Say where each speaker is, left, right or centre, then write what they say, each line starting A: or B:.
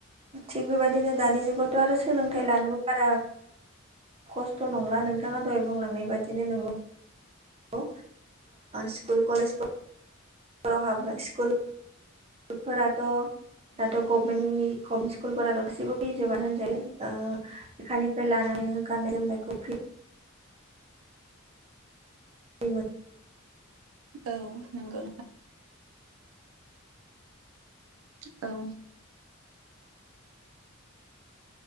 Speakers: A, on the right (about 30°); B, on the right (about 80°).
A: थिग बेबायदिनो दानि जु अथ' आरो सोलोंथाइ लानोबो बारा खस्थ' नंला नोंथाङा दहाय बुंलांनाय बादिनो नोंगौ। ओ स्कुल कलेज फोराव हाबनो स्कुल फोराथ' दाथ' गभमेन्टनि गभमेन्ट स्कुलफोराथ' गासैबो फैजोबानो होनजायो ओ लेखानिफ्राय लानानै गाननाय जोमनायखौ फ्रि बिम
B: औ नंगौ। औ